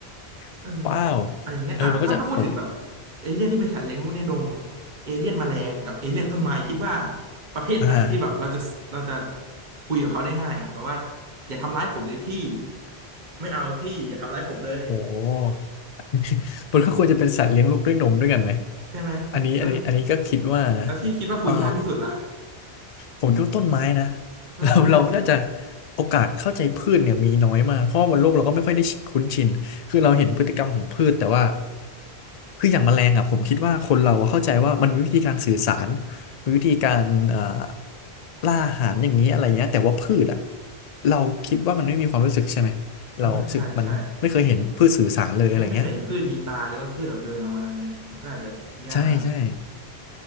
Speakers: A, on the right; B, on the left.
A: เออ
B: <laughs> ว้าว
A: อ่ะอย่างเงี้ยอ่ะถ้าถ้าพูดถึงแบบ
B: เออมันก็จะผม
A: เอเลี่ยนที่เป็นสัตว์เลี้ยงลูกในดมเอเลี่ยนแมลงกับเอเลี่ยนต้นไม้คิดว่าประเภทไหนที่แบบเราจะเราจะ
B: อ่า
A: คุยกับเขาได้ง่ายอ่ะแบบว่าอย่าทำร้ายผมเลยพี่ไม่เอาพี่อย่าทำร้ายผมเลย
B: โห <laughs> มันก็ควรจะเป็นสัตว์เลี้ยงลูกด้วยนมด้วยกันไหม
A: ใช่ไหมแล้ว
B: อันนี้อันนี้อันนี้ก็คิดว่านะ
A: แล้วที่คิดว่าคุยยากที่สุดล่ะ
B: เอ่อผมคิดว่าต้นไม้นะ <laughs>
A: พืชไม้คุยยากสุด
B: เราเราน่าจะโอกาสเข้าใจพืชเนี่ยมีน้อยมากเพราะว่าบนโลกเราก็ไม่ค่อยได้คุ้นชินคือเราเห็นพฤติกรรมของพืชแต่ว่าคืออย่างแมลงอ่ะผมคิดว่าคนเราอะเข้าใจว่ามันมีวิธีการสื่อสารมีวิธีการเอ่อล่าอาหารอย่างนี้อะไรเงี้ยแต่ว่าพืชอ่ะเราคิดว่ามันไม่มีความรู้สึกใช่ไหม
A: อ่าใช่ใช่
B: เราสึกมันไม่เคยเห็นพืชสื่อสารเลยอะไรเงี้ย
A: ไม่ไม่เคยเห็นพืชมีตาหรือว่าพืชแบบเดินออกมาอย่างเงี้ยมันก็อาจจะยากนะ
B: ใช่ใช่